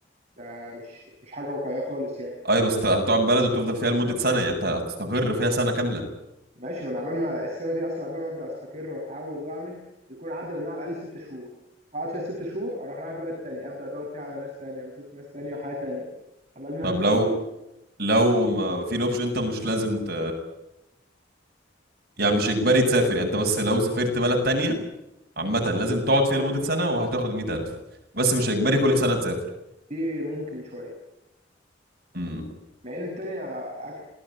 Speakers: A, on the right; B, on the right.
A: ده مش مش حاجه واقعيه خالص يعني
B: اي بس ت- هتقعد بلد وتفضل فيها لمدة سنة يعني انت هتستقر فيها سنة كاملة
A: ماشي ما انا عبال ما السنه دي اصلا عبال ما ابدا استقر واتعود واعمل يكون عدى منها على الاقل ست شهور اقعد فيها ست شهور اروح رايح بلد تانية ابدا ادور فيها على ناس تانية واشوف ناس تانية وحياه تانية عبال ما
B: طب
A: <laughs> ابدا
B: لو
A: اروح متحف
B: لو ما في الاوبشن انت مش لازم ت... يعني مش اجباري تسافر يعني انت بس لو سافرت بلد تانية عامة لازم تقعد فيها لمدة سنة وهتاخد 100000 بس مش
A: لا
B: اجباري
A: دي
B: كل سنة تسافر
A: دي ممكن شويه
B: امم
A: مع ان التانية أك...